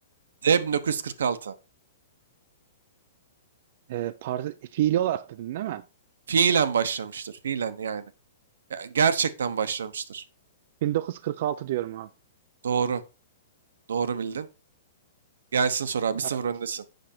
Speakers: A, on the right; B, on the right.
A: D 1946.
B: Ee, parti, fiili olarak dedin değil mi?
A: Fiilen başlamıştır. Fiilen yani. Ya, Gerçekten başlamıştır.
B: 1946 diyorum abi.
A: Doğru. Doğru bildin. Gelsin soru abi. 1-0
B: Evet.
A: öndesin.